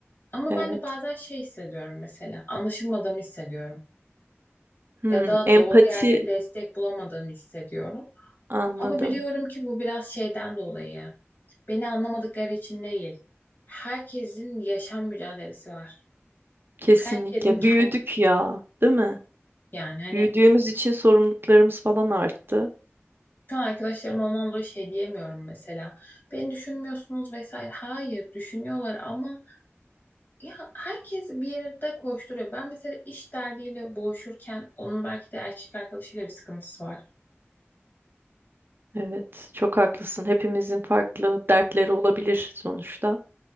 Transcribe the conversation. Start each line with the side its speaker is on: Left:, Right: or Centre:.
Left: Ama
Right: Evet.
Left: ben de bazen şey hissediyorum mesela. Anlaşılmadığımı hissediyorum.
Right: Hmm,
Left: Ya da
Right: empati
Left: doğru yerde destek bulamadığımı hissediyorum.
Right: anladım.
Left: Ama biliyorum ki bu biraz şeyden dolayı. Beni anlamadıkları için değil. Herkesin yaşam mücadelesi var.
Right: Kesinlikle.
Left: Herkesin kendi
Right: Büyüdük ya, değil mi?
Left: yani hani
Right: Büyüdüğümüz için sorumluluklarımız falan arttı.
Left: şu an arkadaşlarım ondan dolayı şey diyemiyorum mesela. Beni düşünmüyorsunuz vesaire. Hayır düşünüyorlar ama ya herkes bir yerde koşturuyor. Ben mesela iş derdiyle boğuşurken onun belki de erkek arkadaşıyla bir sıkıntısı var.
Right: Evet, çok haklısın. Hepimizin farklı dertleri olabilir sonuçta.